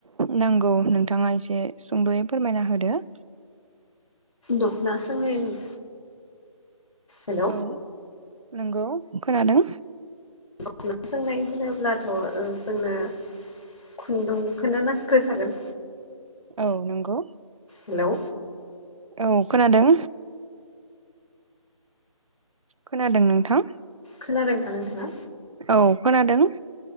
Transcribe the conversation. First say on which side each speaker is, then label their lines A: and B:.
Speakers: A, on the right (about 70°); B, on the left (about 70°).
A: नांगौ नोंथाङा एसे सुंद'यै फोरमायना होदो
B: दख'ना सोंनायनि हेलौ
A: औ नंगौ खोनादों
B: खा सोंनाय होनोब्लाथ' ओ जोंनो खुनदुंखौनो नांग्रोखागोन
A: औ नंगौ
B: हेलौ।
A: औ खोनादों। खोनादों नोंथां।
B: खोनादोंना नोंथाङा?
A: औ खोनादों।